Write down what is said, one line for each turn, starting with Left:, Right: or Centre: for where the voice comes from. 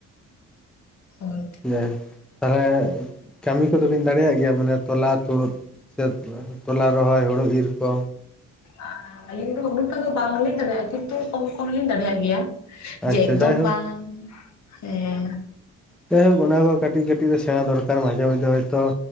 Left: ᱦᱳᱭ
Centre: ᱡᱟᱭᱡᱳᱠ ᱛᱟᱦᱚᱞᱮ ᱠᱟᱹᱢᱤ ᱠᱚᱫᱚ ᱵᱤᱱ ᱫᱟᱲᱮᱭᱟᱜ ᱜᱮᱭᱟ ᱢᱟᱱᱮ ᱛᱚᱞᱟ ᱛᱩᱫ ᱥᱮ ᱛᱚᱞᱟ ᱨᱚᱦᱚᱭ ᱦᱳᱲᱳ ᱤᱨ ᱠᱚ
Left: ᱟᱸ ᱟᱹᱞᱤᱧ ᱫᱚ ᱩᱱᱟᱹᱜ ᱴᱟ ᱫᱚ ᱵᱟᱝ ᱞᱤᱧ ᱫᱟᱲᱮᱭᱟᱜᱼᱟ ᱠᱤᱱᱛᱩ ᱠᱚᱢ ᱠᱚᱢ ᱞᱤᱧ ᱫᱟᱲᱮᱭᱟᱜ ᱜᱮᱭᱟ ᱡᱮ
Centre: ᱟᱪᱪᱷᱟ
Left: ᱮᱠᱫᱚᱢ
Centre: ᱡᱟᱭᱦᱳᱠ
Left: ᱵᱟᱝ ᱦᱮᱸ
Centre: ᱡᱟᱭ ᱦᱳᱠ ᱚᱱᱟ ᱠᱚ ᱠᱟᱹᱴᱤᱡ ᱠᱟᱹᱴᱤᱡ ᱫᱚ ᱥᱮᱸᱬᱟ ᱫᱚᱨᱠᱟᱨ ᱢᱟᱡᱷᱮᱼᱢᱚᱭᱫᱷᱮ ᱦᱚᱭ ᱛᱚ